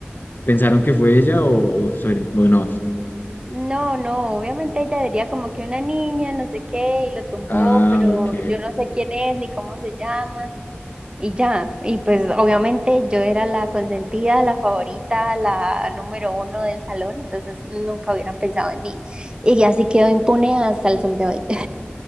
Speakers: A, on the left (about 50°); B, on the right (about 20°).
A: ¿pensaron que fue ella o, o, soy- o no?
B: No, no, obviamente ella diría como que una niña, no sé qué, y lo tumbó,
A: Ah,
B: pero
A: ok.
B: yo no sé quién es ni cómo se llama. Y ya, y pues obviamente yo era la consentida, la favorita, la número uno del salón, entonces nunca hubieran pensado en mí. Y así quedó impune hasta el sol de hoy.